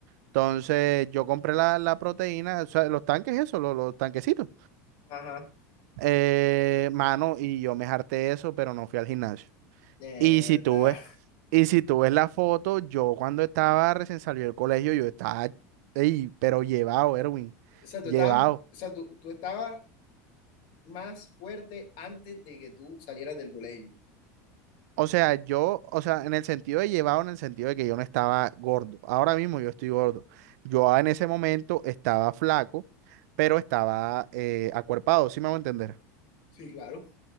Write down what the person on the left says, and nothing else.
Ajá.
Mierda.
<laughs>
O sea, tú
estabas, o sea, tú, tú estabas más fuerte antes de que tú salieras del colegio.
Sí, claro.